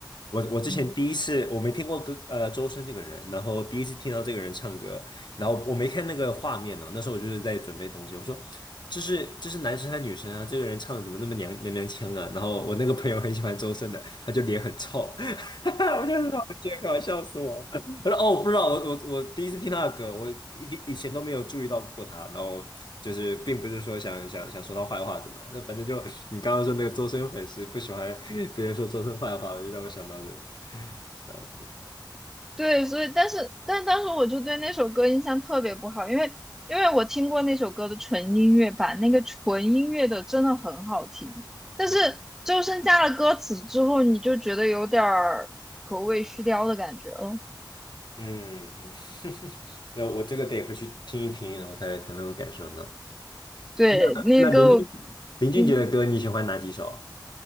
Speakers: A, on the left; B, in the centre.
A: 我我之前第一次我没听过歌呃周深这个人，
B: 嗯，
A: 然后第一次听到这个人唱歌，然后我没看那个画面呢，那时候我就是在准备东西，我说这是这是男生还是女生啊？这个人唱的怎么那么娘娘娘腔啊？然后我那个朋友很喜欢周深的，他就脸很臭，<laughs> 我就很我觉得搞笑死我了。<laughs> 我说哦，我不知道，我我我第一次听他的歌，我以以前都没有注意到过他，然后就是并不是说想想想说他坏话怎么，那反正就你刚刚说那个周深粉丝不喜欢别人说周深坏话，我就让我想到这个笑死
B: 对，所以但是但当时我就对那首歌印象特别不好，因为因为我听过那首歌的纯音乐版，那个纯音乐的真的很好听，但是周深加了歌词之后，
A: 嗯
B: 你就觉得有点儿狗尾续貂的感觉了，
A: 嗯嗯，<laughs> 那我这个得回去听一听，然后才才能感受到。
B: 对，
A: 那那林俊林俊杰的歌你喜欢哪几首？
B: 那个。嗯。